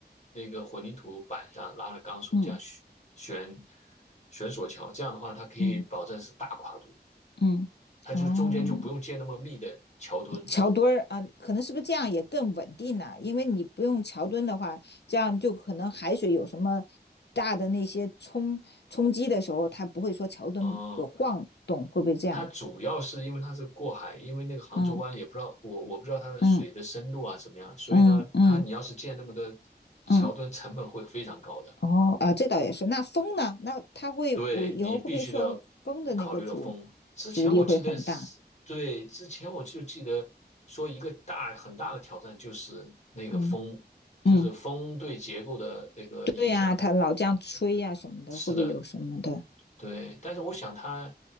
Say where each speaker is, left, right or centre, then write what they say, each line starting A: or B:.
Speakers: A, on the left; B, on the left.
A: 那个混凝土板上拉了钢索，
B: 嗯
A: 这样悬悬悬索桥，这样的话它可以保证是大跨度，
B: 嗯嗯嗯，
A: 它就中间就不用建那么密的桥墩。
B: 哦，桥墩儿啊，可能是不是这样也更稳定呢、啊因为你不用桥墩的话，这样就可能海水有什么大的那些冲冲击的时候，它不会说桥墩有晃动，
A: 嗯，
B: 会不会这样？
A: 它主要是因为它是过海，因为那个杭州湾也不知道我我不知道它的水的深度啊怎么样，
B: 嗯嗯
A: 所以呢，
B: 嗯嗯
A: 它你要是建那么多
B: 嗯，
A: 桥墩，成本会非常高的。
B: 哦啊，这倒也是。那风呢？那它会，
A: 对你必须得
B: 我以后会不会受风的那个阻
A: 考虑到风。之前我记得是，
B: 阻力会很大？
A: 对，之前我就记得说一个大很大的挑战就是那个风，
B: 嗯
A: 就是风对结构的这个影响。
B: 嗯，对呀、啊它老这样吹呀、啊什么的，
A: 是的，
B: 会不会有什么的？
A: 对，但是我想他